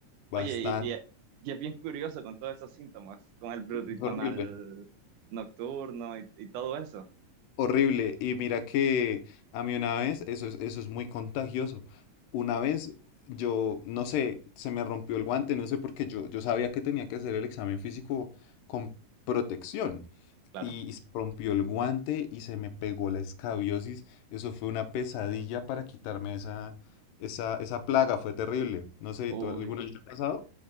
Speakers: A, on the left (about 80°); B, on the right (about 75°).
A: Bastante,
B: Oye, y, y- y es bien curioso con todos esos síntomas, con el prurito
A: es horrible.
B: anal nocturno y, y todo eso,
A: Horrible. Y mira que a mí una vez, eso es, eso es muy contagioso. Una vez yo, no sé, se me rompió el guante, no sé por qué yo, yo sabía que tenía que hacer el examen físico con protección.
B: claro.
A: Y, y se rompió el guante y se me pegó la escabiosis. Eso fue una pesadilla para quitarme esa, esa, esa plaga, fue terrible. No sé,
B: Uy,
A: ¿tú alguna vez te ha pasado?